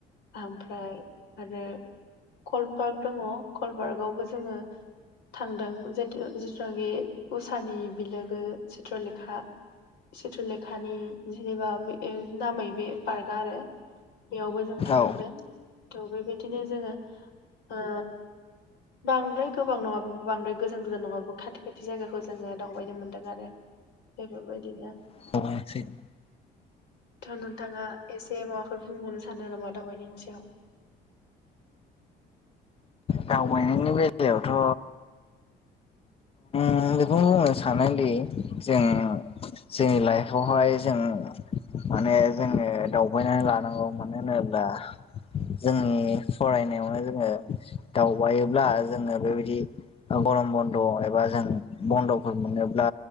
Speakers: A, on the left; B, on the left.
A: आमफ्राय आरो कलपार्क दङ कलपार्कआवबो जोङो थांदों जिथुनाखि उसानि बिलोगो चित्रलेखा। सिथ्रलेखानि जेनेबा बे नामै बे पार्कआ आरो। बेयावबो जों थांदों
B: औ
A: थ' बेबायदिनो जोङो ओ बांद्राय गोबां नङाबाबो बांद्राय गोजान गोजान नङाबो खाथि खाथि जायगाखौ जोङो दावबायनो मोन्दों आरो। बेफोरबायदिनो
B: <inaudible>
A: थ' नोंथाङा एसे माबाफोर बुंबावनो सानो नामा दावबायनायनि सायाव?
B: दावबायनायनि बेलायावथ' आं बेखौ बुंनो सानोदि जों जोंनि लाइफआवहाय जों माने जोङो दावबायनानै लानांगौ मानो होनोब्ला जोंनि फरायनायावनो जोङो दावबायोब्ला जोङो बेबायदि गरम बन्द' एबा जों बन्द'फोर मोनोब्ला